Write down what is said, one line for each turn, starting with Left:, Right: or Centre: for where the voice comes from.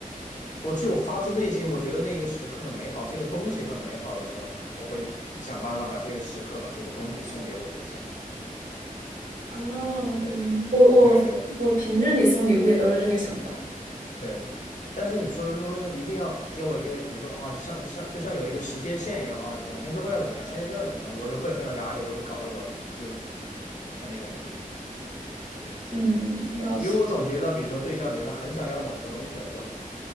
Left: 我只有发自内心，我觉得那一个时刻很美好，这个东西很美好的时候，我会想办法把这个时刻、把这个东西送给我对象。
Right: <laughs> 哦，对，我我我平日里送礼物也都是这个想法。
Left: 对对对，但是你说如果要一定要给我一个，比如说啊，像像就像有一个时间线一样啊，两天之后要怎么样，三天之后要怎么样，我就会很有压力，我会搞得我就很那个什么，
Right: 嗯，这倒是。
Left: 因为我总觉得，比如说对象，比如他很想要某一个东西的时候，